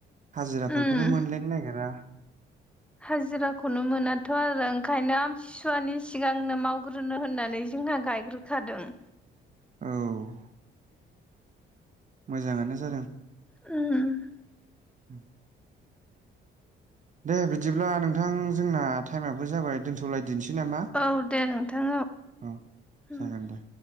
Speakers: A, on the right; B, in the centre.
A: हाजिराफोरखौनो
B: उम
A: मोनलायनो नागिरा
B: हाजिराखौनो मोनाथ' आरो ओंखायनो आम सिसुवानि सिगांनो मावग्रोनो होननानै जोंना गायग्रोखादों
A: औ मोजाङानो जादों
B: ओ
A: उ दे बिदिब्ला नोंथां जोंना टाइमाबो जाबाय दोनथ'लाय दिनसै नामा
B: औ दे नोंथां
A: औ
B: उम
A: जागोन दे